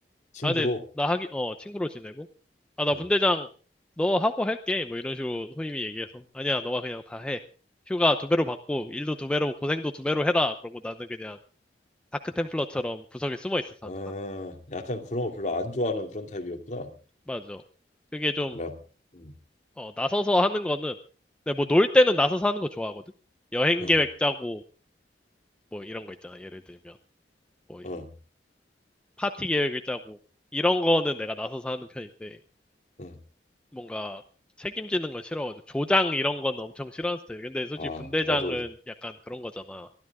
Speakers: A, on the left; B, in the centre.
A: 친구로.
B: 아 근데 나 하기 어 친구로 지내고 아 나
A: 응.
B: 분대장 너 하고 할게 뭐 이런 식으로 선임이 얘기해서 아니야 너가 그냥 다 해. 휴가 두 배로 받고 일도 두 배로 고생도 두 배로 해라. 그러고 나는 그냥 다크 템플러처럼 구석에 숨어 있었어
A: 아,
B: 항상.
A: 약간 그런 거 별로 안 좋아하는 그런 타입이었구나.
B: 맞아. 그게 좀
A: 나, 음,
B: 어, 나서서 하는 거는, 근데 뭐 놀 때는 나서서 하는 거 좋아하거든? 여행
A: 응,
B: 계획 짜고, 뭐 이런 거 있잖아. 예를 들면, 뭐
A: 응,
B: 파티 계획을 짜고, 이런 거는 내가 나서서 하는 편인데,
A: 응.
B: 뭔가 책임지는 건 싫어가지고, 조장 이런 건 엄청 싫어하는 스타일. 근데 솔직히
A: 아,
B: 분대장은
A: 나도,
B: 약간 그런 거잖아.